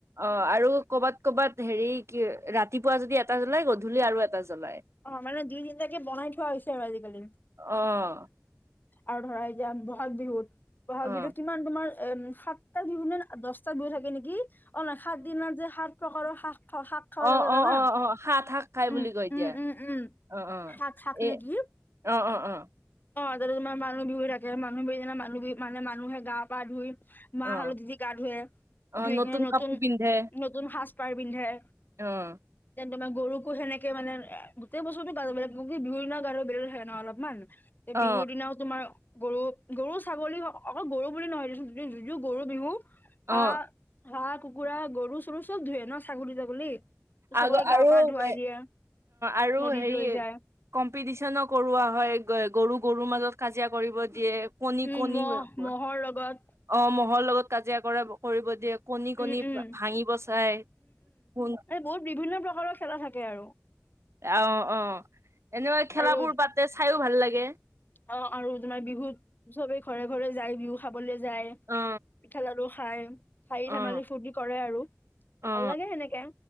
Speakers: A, on the right (about 60°); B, on the left (about 35°).
A: অ'! আৰু কৰ'বাত, কৰ'বাত হেৰি কি ৰাতিপুৱা যদি এটা জ্বলাই, গধূলি আৰু এটা জ্বলাই
B: অ'! মানে, দুই তিনিটাকে বনাই থোৱা হৈছে আৰু আজিকালি।
A: অ'!
B: আৰু ধৰা এতিয়া বহাগ বিহুত, বহাগ
A: অ
B: বিহুত কিমান তোমাৰ এই সাতটা বিহু নে, দহটা বিহু থাকে নেকি! অ'! সাত দিনত যে, সাত প্ৰকাৰৰ সা <unintelligible> শাক খাব
A: অ
B: লাগে জানা?
A: অ অ অ সাত শাক খাই বুলি
B: উম!
A: কয় এতিয়া
B: উম! উম! উম!
A: অ অ
B: শাকচাক
A: এ
B: নেকি?
A: অ', অ'। অ
B: অ', তাতে তোৰ মানুহ বিহু থাকে, মানুহ বিহু দিনা মানুহ বিহু মানে মানুহে গা পা ধুই মাহ,
A: অ
B: হালধি দি গা ধুৱে
A: অ
B: ধুই কিনে নতুন,
A: কাপোৰ পিন্ধে
B: নতুন সাজ পাৰ পিন্ধে।
A: অ'।
B: তেন তোমাৰ গৰুকোনেকে মানে গোটেই বছৰতো গাজ ব লাগ কি বিহুৰ দিনা গা ধোৱা আৰু বেলেগ থাকে ন অলপমান।
A: অ
B: বিহুৰ দিনাও তোমাৰ গৰু -গৰু, ছাগলী অকল গৰু বুলি নহয় য যোৰ গৰু বিহু
A: অ
B: হাঁ হাঁহ, কুকুৰা, গৰু চৰু চব ধোৱে ন ছাগলী- তাগলী। চবকে
A: আগৰ আৰু
B: গা পা
A: অ',
B: ধুৱাই দিয়ে
A: আৰু
B: নদীত
A: হেৰি
B: লৈ যায়
A: কম্পিটিচনো কৰোৱা হয় গৰুক। গৰুৰ মাজত কাজিয়া কৰিব দিয়ে, কণী,
B: উম
A: কণী
B: মহ
A: অ'।
B: মহৰ লগত
A: ঘৰ লগত কাজিয়া কৰা কৰিব দিয়ে কণী
B: উম
A: কণী
B: উম
A: ভাঙিব চাই ক।
B: মান বহুত বিভিন্ন প্ৰকাৰৰ খেলা থাকে আৰু
A: অ', অ' এনেকা খেলাবোৰ
B: আৰু
A: পাতে চাইৰো ভাল লাগে।
B: অ', আৰু তোমাৰ বিহুত চবে ঘৰে ঘৰে যাই বিহু খাবলে যায়
A: অ
B: পিঠা লাৰু খাই খাৰি
A: অ
B: ধেমালি ফূৰ্তি কৰে আৰু
A: অ
B: ভাল লাগে সেনেকে